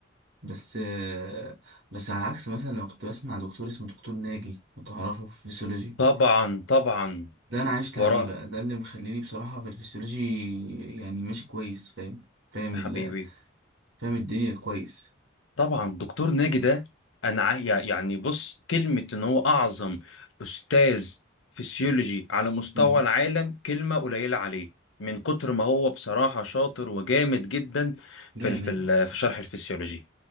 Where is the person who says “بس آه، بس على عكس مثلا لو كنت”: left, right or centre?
Right